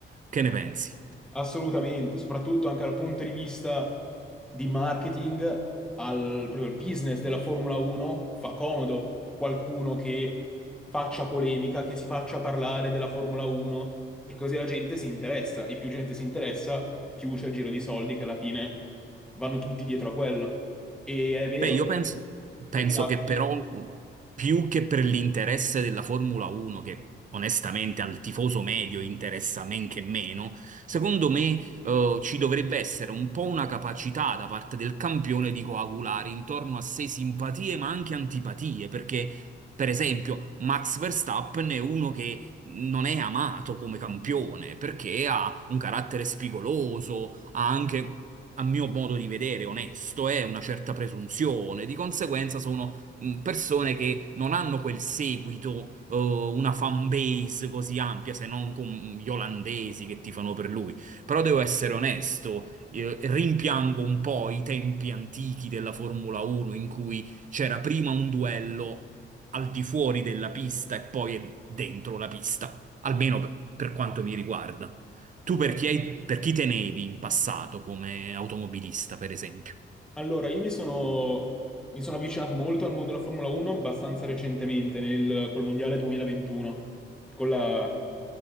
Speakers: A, on the right; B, in the centre.
A: Che ne pensi?
B: Assolutamente, soprattutto anche dal punto di vista di marketing, al proprio il business della Formula 1 fa comodo qualcuno che faccia polemica, che si faccia parlare della Formula 1, perché così la gente si interessa e più gente si interessa, più c'è il giro di soldi che alla fine vanno tutti dietro a quello. E è vero
A: Beh, io penso, penso
B: che Piastri
A: che però mh, più che per l'interesse della Formula 1, che onestamente al tifoso medio interessa men che meno, secondo me eh, ci dovrebbe essere un po' una capacità da parte del campione di coagulare intorno a sé simpatie ma anche antipatie, perché per esempio Max Verstappen è uno che non è amato come campione perché ha un carattere spigoloso ha anche, a mio modo di vedere, onesto, eh, una certa presunzione. Di conseguenza sono mh, persone che non hanno quel seguito, eh, una fan base così ampia, se non con gli olandesi che tifano per lui. Però devo essere onesto, eh, rimpiango un po' i tempi antichi della Formula 1 in cui c'era prima un duello al di fuori della pista e poi dentro la pista, almeno per per quanto mi riguarda. Tu per chi, hai- per chi tenevi in passato come automobilista, per esempio?
B: Allora, io mi sono, mi sono avvicinato molto al mondo della Formula 1 abbastanza recentemente, nel, col Mondiale 2021, con la,